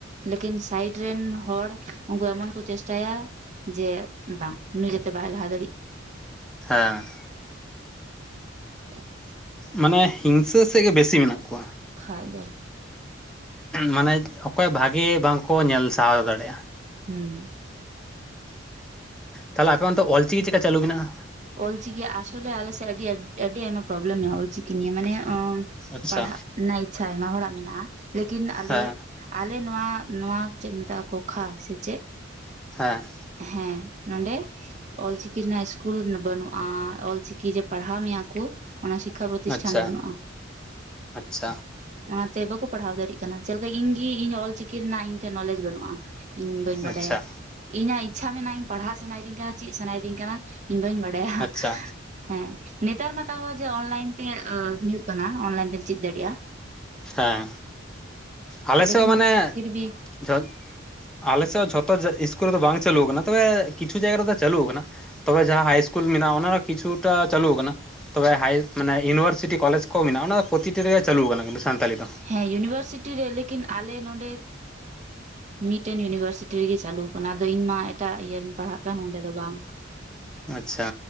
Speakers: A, on the right (about 35°); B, in the centre.
A: ᱞᱮᱠᱤᱱ ᱥᱟᱭᱤᱰ ᱨᱮᱱ ᱦᱚᱲ ᱩᱱᱠᱩ ᱮᱢᱚᱱ ᱠᱚ ᱪᱮᱥᱴᱟᱭᱟ ᱡᱮ ᱵᱟᱝ ᱱᱩᱭ ᱡᱟᱛᱮ ᱵᱟᱭ ᱞᱟᱦᱟ ᱫᱟᱲᱤᱜ
B: ᱦᱮᱸ
A: <unintelligible>
B: ᱢᱟᱱᱮ ᱦᱤᱝᱥᱟᱹ ᱥᱮᱫ ᱜᱮ ᱵᱮᱥᱤ ᱢᱮᱱᱟᱜ ᱠᱚᱣᱟ᱾
A: ᱠᱷᱟᱡ ᱫᱚ
B: ᱢᱟᱱᱮ ᱚᱠᱚᱭ ᱵᱷᱟᱜᱤ ᱵᱟᱝᱠᱚ ᱧᱮᱞ ᱥᱟᱦᱟᱣ ᱫᱟᱲᱮᱭᱟᱜᱼᱟ᱾
A: ᱦᱮᱸ
B: ᱛᱟᱦᱚᱞᱮ ᱟᱯᱮ ᱚᱱᱛᱮ ᱚᱞᱪᱤᱠᱤ ᱪᱮᱫᱠᱟ ᱪᱟᱹᱞᱩ ᱢᱮᱱᱟᱜᱼᱟ?
A: ᱚᱞᱪᱤᱠᱤ ᱟᱥᱚᱞᱮ ᱟᱞᱮ ᱥᱮᱫ ᱟᱹᱰᱤ ᱟᱭᱢᱟ ᱯᱨᱚᱵᱞᱮᱢ ᱢᱮᱱᱟᱜ-ᱟ ᱚᱞ ᱪᱤᱠᱤ ᱱᱤᱭᱮ ᱢᱟᱱᱮ
B: ᱟᱪᱪᱷᱟ
A: ᱯᱟᱲᱦᱟᱜ ᱨᱮᱱᱟᱜ ᱤᱪᱪᱷᱟ ᱟᱭᱢᱟ ᱦᱚᱲᱟᱜ ᱢᱮᱱᱟᱜᱼᱟ ᱞᱮᱠᱤᱱ ᱟᱞᱮ
B: ᱦᱮᱸ
A: ᱟᱞᱮ ᱱᱚᱣᱟ ᱱᱚᱣᱟ ᱪᱮᱫ ᱠᱚ ᱢᱮᱛᱟᱜᱼᱟ ᱠᱚᱠᱷᱟ ᱥᱮ ᱪᱮᱫ
B: ᱦᱮᱸ
A: ᱦᱮᱸ ᱱᱚᱸᱰᱮ ᱚᱞᱪᱤ ᱨᱮᱱᱟᱜ ᱤᱥ ᱠᱩᱞ ᱵᱟᱹᱱᱩᱜᱼᱟ ᱚᱞᱪᱤᱠᱤ ᱡᱮ ᱯᱟᱲᱦᱟᱣ ᱢᱮᱭᱟ ᱠᱚ ᱚᱱᱟ ᱥᱤᱠᱠᱷᱟ ᱯᱨᱚᱛᱤᱥᱴᱷᱟᱱ
B: ᱟᱪᱪᱷᱟ
A: ᱵᱟᱹᱱᱩᱜᱼᱟ
B: ᱟᱪᱪᱷᱟ
A: ᱚᱱᱟᱛᱮ ᱵᱟᱠᱚ ᱯᱟᱲᱦᱟᱣ ᱫᱟᱹᱲᱤᱜ ᱠᱟᱱᱟ ᱪᱮᱫ ᱞᱮᱠᱟ ᱤᱧᱜᱮ ᱤᱧ ᱚᱞ ᱪᱤᱠᱤ ᱨᱮᱱᱟᱜ ᱤᱧ ᱴᱷᱮᱡ ᱱᱚᱞᱮᱡ ᱵᱟᱹᱱᱩᱜ-ᱟ ᱤᱧ ᱵᱟᱹᱧ ᱵᱟᱰᱟᱭᱟ᱾
B: ᱟᱪᱪᱷᱟ
A: ᱤᱧᱟᱜ ᱤᱪᱪᱷᱟ ᱢᱮᱱᱟᱜᱼᱟ ᱤᱧ ᱯᱟᱲᱦᱟᱜ ᱥᱟᱱᱟᱭ ᱫᱤᱧ ᱠᱟᱱᱟ ᱪᱮᱫ ᱥᱟᱱᱟᱭ ᱫᱤᱧ ᱠᱟᱱᱟ ᱵᱟᱹᱧ ᱵᱟᱰᱟᱭᱟ
B: ᱟᱪᱪᱷᱟ
A: ᱦᱮᱸ ᱱᱮᱛᱟᱨ ᱢᱟ ᱛᱟᱦᱚ ᱡᱮ ᱚᱱᱞᱟᱭᱤᱱ ᱛᱮ ᱦᱩᱭᱩᱜ ᱠᱟᱱᱟ ᱚᱱᱞᱟᱭᱤᱱ ᱛᱮᱢ ᱪᱮᱫ ᱫᱟᱲᱤᱜ-ᱟ᱾
B: ᱦᱮᱸ ᱟᱞᱮ
A: ᱞᱮᱠᱤᱱ
B: ᱥᱮᱫ ᱢᱟᱱᱮ
A: ᱯᱷᱤᱨ ᱵᱷᱤ
B: <unintelligible> ᱟᱞᱮᱥᱮᱫ ᱦᱚ ᱡᱷᱚᱛᱚ ᱡᱟ ᱤᱥᱠᱩᱞ ᱨᱮᱫᱚ ᱵᱟᱝ ᱪᱟᱞᱩᱣ ᱠᱟᱱᱟ ᱛᱚᱵᱮ ᱠᱤᱪᱷᱩ ᱡᱟᱭᱜᱟ ᱨᱮᱫᱚ ᱪᱟᱞᱩᱣ ᱠᱟᱱᱟ ᱛᱚᱵᱮ ᱡᱟᱦᱟᱸ ᱦᱟᱭ ᱤᱥᱠᱩᱞ ᱢᱮᱱᱟᱜ-ᱟ ᱚᱱᱟᱨᱮ ᱠᱤᱪᱷᱩᱴᱟ ᱪᱟᱞᱩᱣ ᱠᱟᱱᱟ᱾ ᱛᱚᱵᱮ ᱦᱟᱭ ᱢᱟᱱᱮ ᱤᱭᱩᱱᱤᱵᱷᱟᱨᱥᱤᱴᱤ ᱠᱚᱞᱮᱡᱽ ᱠᱚ ᱢᱮᱱᱟᱜ-ᱟ ᱚᱱᱟ ᱫᱚ ᱯᱚᱛᱤᱴᱤ ᱨᱮᱜᱮ ᱪᱟᱞᱩᱣ ᱟᱠᱟᱱᱟ ᱠᱤᱱᱛᱩ᱾ ᱥᱟᱱᱛᱟᱞᱤ ᱫᱚ
A: ᱦᱮᱸ ᱤᱭᱩᱱᱤᱵᱷᱟᱨᱥᱤᱴᱤ ᱨᱮ ᱞᱤᱠᱤᱱ ᱟᱞᱮ ᱱᱚᱰᱮ ᱢᱤᱫᱴᱮᱱ ᱤᱭᱩᱱᱤᱵᱷᱟᱨᱥᱤᱴᱤ ᱨᱮᱜᱮ ᱪᱟᱞᱩᱣ ᱠᱟᱱᱟ ᱟᱫᱚ ᱤᱧᱢᱟ ᱮᱴᱟᱜ ᱤᱭᱟᱟᱹ ᱨᱤᱧ ᱯᱟᱲᱦᱟᱜ ᱠᱟᱱ ᱚᱸᱰᱮ ᱫᱚ ᱵᱟᱝ᱾
B: ᱟᱪᱪᱷᱟ